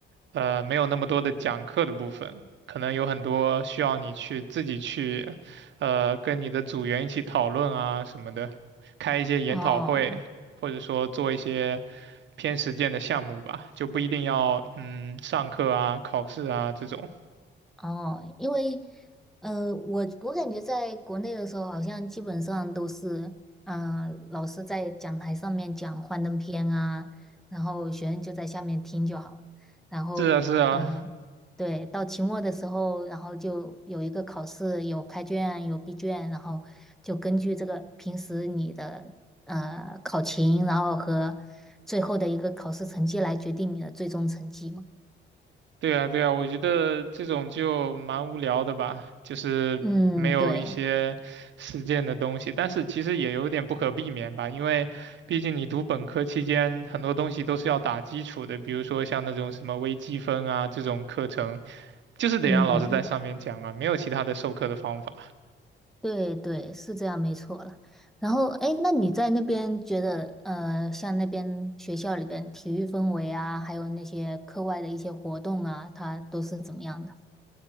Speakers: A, on the right; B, in the centre.
A: 呃，没有那么多的讲课的部分，可能有很多需要你去自己去，呃，跟你的组员一起讨论啊什么的，开一些研讨会，
B: 哦。
A: 或者说做一些偏实践的项目吧，就不一定要嗯上课啊、考试啊这种。
B: 哦，因为呃，我我感觉在国内的时候，好像基本上都是，嗯，老师在讲台上面讲幻灯片啊，然后学生就在下面听就好了。然后，
A: 是啊，是啊，
B: 嗯、对，到期末的时候，然后就有一个考试，有开卷，有闭卷，然后就根据这个平时你的呃考勤，然后和最后的一个考试成绩来决定你的最终成绩嘛。
A: 对啊，对啊，我觉得这种就蛮无聊的吧，就是没有一些实践的东西，
B: 嗯，对，
A: 但是其实也有点不可避免吧，因为毕竟你读本科期间很多东西都是要打基础的，比如说像那种什么微积分啊这种课程，就是得让老师在上面讲啊，
B: 嗯。
A: 没有其他的授课的方法。
B: 对对，是这样，没错了。然后，哎，那你在那边觉得，呃，像那边学校里边体育氛围啊，还有那些课外的一些活动啊，它都是怎么样的？